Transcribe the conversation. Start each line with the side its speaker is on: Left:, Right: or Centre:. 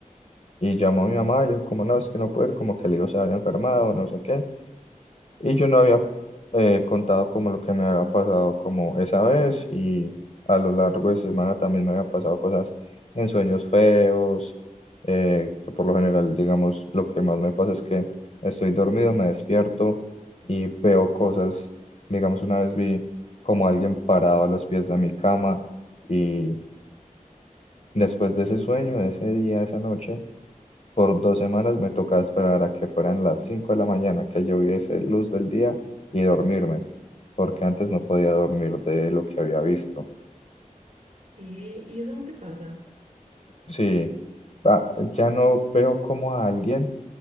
Left: y llamó a mi mamá y le dijo como no, es que no puedo ir, como que el hijo se había enfermado, no sé qué. Y yo no había eh, contado como lo que me había pasado como esa vez y a lo largo de esa semana también me había pasado cosas en sueños feos, eh, que por lo general, digamos, lo que más me pasa es que estoy dormido, me despierto y veo cosas, digamos, una vez vi como alguien parado a los pies de mi cama y después de ese sueño, de ese día, de esa noche, por dos semanas me tocaba esperar a que fueran las 5 de la mañana, que yo viese luz del día y dormirme, porque antes no podía dormir de lo que había visto.
Right: ¿Y eso dónde pasa?
Left: Sí, ah, ya no veo como a alguien,